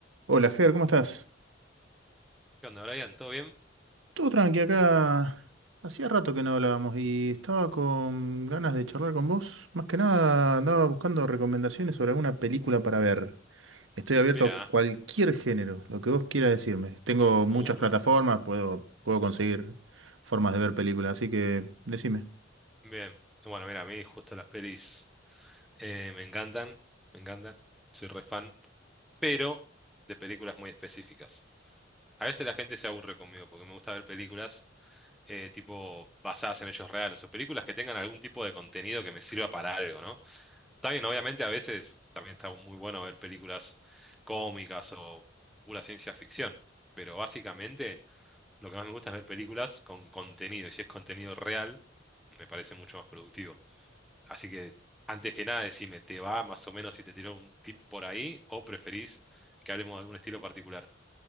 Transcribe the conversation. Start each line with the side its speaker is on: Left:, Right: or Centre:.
Right: Hola, Ger, ¿cómo estás?
Centre: ¿Qué onda, Brian? ¿Todo bien?
Right: Todo tranqui acá. Hacía rato que no hablábamos y estaba con ganas de charlar con vos. Más que nada andaba buscando recomendaciones sobre alguna película para ver. Estoy abierto
Centre: Mira,
Right: a cualquier género, lo que vos quieras decirme. Tengo muchas
Centre: uh, bueno,
Right: plataformas, puedo, puedo conseguir formas de ver películas, así que decime.
Centre: bien. Bueno, mira, a mí justo las pelis eh, me encantan, me encantan, soy re fan, pero de películas muy específicas. A veces la gente se aburre conmigo porque me gusta ver películas eh, tipo basadas en hechos reales o películas que tengan algún tipo de contenido que me sirva para algo, ¿no? Está bien, obviamente a veces también está muy bueno ver películas cómicas o pura ciencia ficción, pero básicamente lo que más me gusta es ver películas con contenido, y si es contenido real me parece mucho más productivo. Así que, antes que nada, decime, ¿te va más o menos si te tiro un tip por ahí o preferís que hablemos de algún estilo particular?